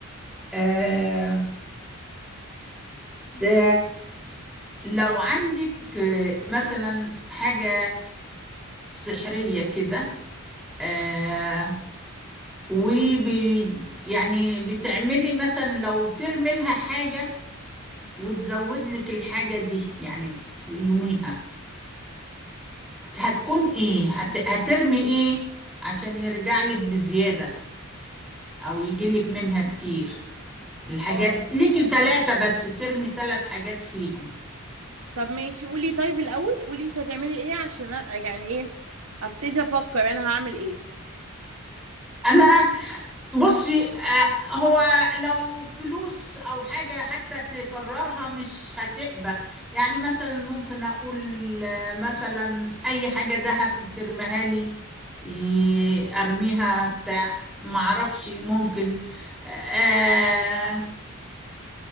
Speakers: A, in the centre; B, on the right.
A: آه ده لو عندك آه، مثلا حاجة سحرية كده آه وبي يعني بتعملي مثلا لو ترمي لها حاجة وتزود لك الحاجة دي يعني في يوميها هتكون ايه هت... هترمي ايه عشان يرجع لك بزيادة او يجي لك منها كتير الحاجات
B: اه
A: ليكي ثلاثة بس ترمي ثلاث حاجات فيهم
B: طب ماشي قولي طيب الاول قولي انت هتعملي ايه عشان أ- يعني ايه ابتدي افكر انا هعمل ايه
A: أنا بصي آه، هو لو فلوس أو حاجة حتى تكررها مش هتقبى يعني مثلا ممكن أقول آه، مثلا أي حاجة دهب ترميها لي ي- أرميها بتاع معرفش ممكن آه